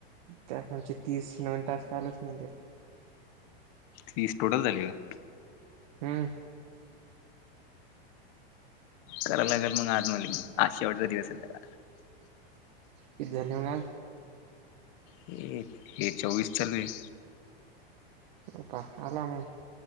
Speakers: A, on the right (about 45°); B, on the left (about 35°).
A: त्या खालचे तीस नवीन टास्क आलेच नाही त्याले
B: तीस टोटल झाले का?
A: हम्म
B: करायला लागल मग आज मले आज शेवटचा दिवस आहे तर
A: किती झाले मग आज?
B: हे हे चोवीस चालु आहे.
A: हो का आला मग